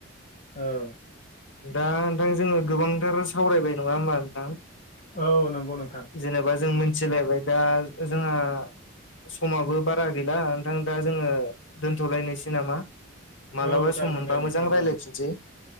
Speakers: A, on the left; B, on the left.
A: औ।
B: दा नोंथां जोंङो गोबांथार सावरायबाय नंङा होमबा नोंथां?
A: औ नंगौ नोंथां।
B: जेनेबा जों मिथिलायबाय दा जोंहा समाबो बारा गैला नोंथां दा जोङो दोनथ'लायनोसै नामा? मालाबा
A: औ जागोन
B: सम मोनबा
A: दे नोंथां
B: मोजां रायलायफिनसै।
A: औ